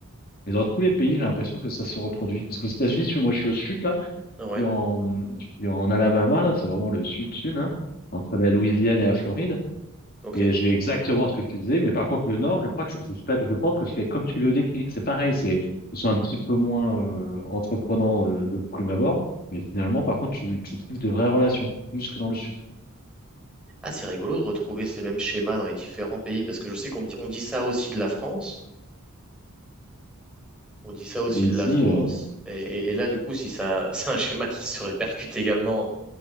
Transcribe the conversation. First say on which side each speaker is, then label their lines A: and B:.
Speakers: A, on the left; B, in the centre.
A: Et dans tous les pays, j'ai l'impression que ça se reproduit. Parce qu'aux États-Unis, si tu vois, moi je suis au sud là,
B: Ouais,
A: et en, je suis en Alabama là, c'est vraiment le sud-sud hein entre la Louisiane et la Floride.
B: ok.
A: Et j'ai exactement ce que je te disais, mais par contre le Nord, je crois que c'est- c'est pas- je pense que c'est comme tu le décris, c'est pareil, c'est ils sont un petit peu moins euh, entreprenants euh, de prime abord, mais finalement par contre tu tu tisses de vraies relations plus que dans le Sud.
B: Ah, c'est rigolo de retrouver ces mêmes schémas dans les différents pays, parce que je sais qu'on dit, on dit ça aussi de la France. On dit ça aussi
A: Et
B: de
A: ici,
B: la France.
A: euh,
B: Et, et- et là, du coup, si ça, <laughs> c'est un schéma qui se répercute également